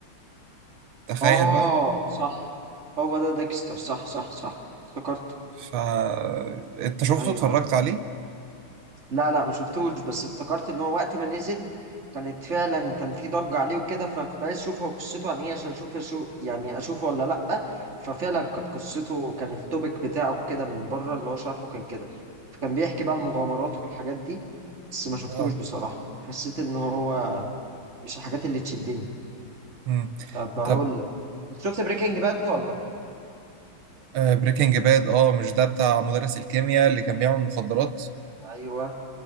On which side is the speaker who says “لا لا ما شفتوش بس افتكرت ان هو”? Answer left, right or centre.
Right